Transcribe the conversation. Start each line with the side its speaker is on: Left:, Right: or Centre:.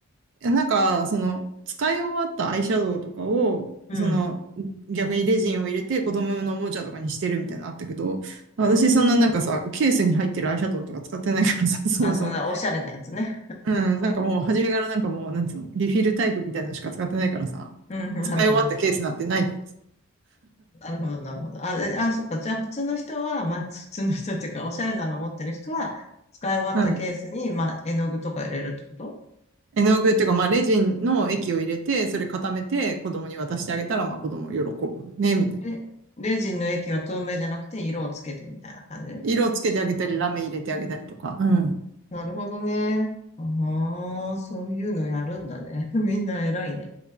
Right: なんか、その、使い終わったアイシャドウとかを、
Left: うん。
Right: その、逆にレジンを入れて子供用のおもちゃとかにしてるみたいなのあったけど、私そんななんかさ、
Left: うーん。
Right: ケースに入ってるアイシャドウとか使ってないからさ、<laughs> そもそも。
Left: あ、そんなおしゃれなやつね。
Right: うん、なんかもう初めからなんかもう、なんつうの、リフィルタイプみたいなのしか使ってないからさ、
Left: うん、なるほど。
Right: 使い終わったケースなんてないか
Left: なるほど、なるほど。あ、えあ、そっか。じゃあ、普通の人は、まあ、普通の人っていうか、おしゃれなの持ってる人は、使い終わったケースに、
Right: らさ。うん。
Left: まあ、絵の具とか入れるってこと
Right: 絵の具っていうか、まあ、レジンの液を入れて、それ固めて子供に渡してあげたら、まあ、子供喜ぶね、みたいな。
Left: レ、レジンの液は透明じゃなくて色をつけてみたいな感じ
Right: 色をつけてあげたり、ラメ入れてあげたりとか。うん。
Left: なるほどね。ああ、そういうのやるんだね。<laughs> みんな偉いね。